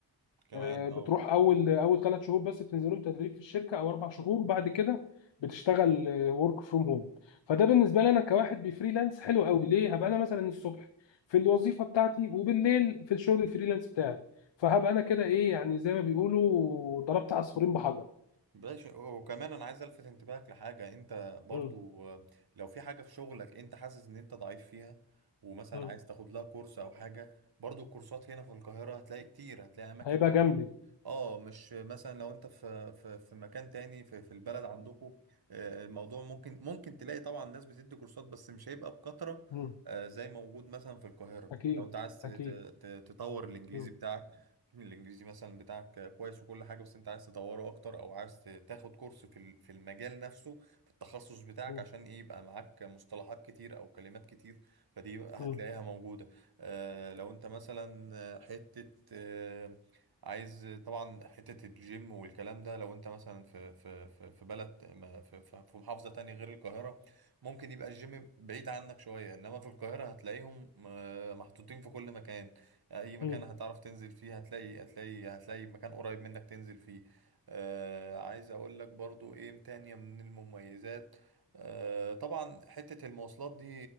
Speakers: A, on the right; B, on the left.
A: كمان
B: آه، بتروح
A: اه
B: اول اول ثلاث شهور بس بتنزلهم تدريب في الشركه او اربع شهور وبعد كده بتشتغل ورك فروم هوم فده بالنسبه لي انا كواحد بفريلانس حلو قوي ليه هبقى انا مثلا الصبح في الوظيفه بتاعتي وبالليل في الشغل الفريلانس بتاعي فهبقى انا كده ايه يعني زي ما بيقولوا ضربت عصفورين بحجر
A: بلاش وكمان انا عايز الفت انتباهك لحاجه انت برضو
B: مم.
A: آه، لو في حاجه في شغلك انت حاسس ان انت ضعيف فيها ومثلا
B: مم.
A: عايز تاخد لها كورس او حاجه برضو الكورسات هنا في القاهره هتلاقي كتير هتلاقي اماكن
B: هيبقى
A: كتير
B: جنبي
A: اه مش مثلا لو انت في في في مكان تاني في في البلد عندكم آه، الموضوع ممكن ممكن تلاقي طبعا ناس بتدي كورسات بس مش هيبقى بكثره
B: مم.
A: آه، زي موجود مثلا في القاهره
B: أكيد
A: لو انت عايز تت-
B: أكيد
A: تت- تطور الانجليزي
B: مم.
A: بتاعك الانجليزي مثلا بتاعك كويس وكل حاجه بس انت عايز تطوره اكتر او عايز تاخد كورس في ال- في المجال نفسه في التخصص بتاعك
B: مم.
A: عشان ايه يبقى معاك مصطلحات كتير او كلمات كتير فدي هتلاقيها
B: مم.
A: موجوده آه لو انت مثلا آه، حته آه عايز طبعا حته الجيم والكلام ده لو انت مثلا في في في في بلد ما- في في في محافظه تانية غير القاهره ممكن يبقى الجيم بعيد عنك شويه انما في القاهره هتلاقيهم آه، محطوطين في كل مكان اي مكان
B: مم.
A: هتعرف تنزل فيه هتلاقي هتلاقي هتلاقي مكان قريب منك تنزل فيه آه عايز اقول لك برضو ايه تانية من المميزات آه طبعا حتة المواصلات دي